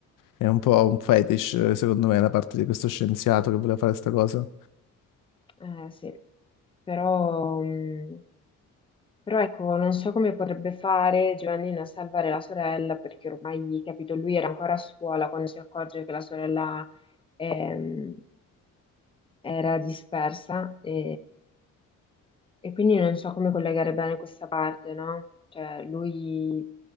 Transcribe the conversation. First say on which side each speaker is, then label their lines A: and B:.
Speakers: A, on the left; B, on the left.
A: è un po' un fetish, eh, secondo me, da parte di questo scienziato che voleva fare questa cosa.
B: Eh, sì, però, mh, però ecco, non so come potrebbe fare Giovannina a salvare la sorella, perché ormai, capito, lui era ancora a scuola quando si accorge che la sorella ehm, era dispersa e, e quindi non so come collegare bene questa parte, no? Cioè, lui